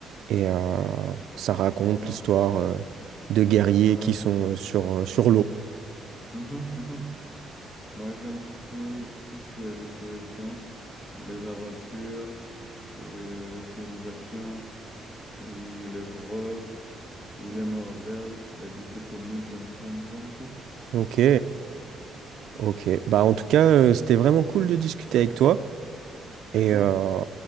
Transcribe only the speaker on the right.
Et euh, ça raconte
l'histoire euh, de guerriers
qui sont
euh, sur, euh, sur l'eau.
Ok, ok. Bah, en tout cas, euh, c'était vraiment cool de discuter avec toi.
Et euh,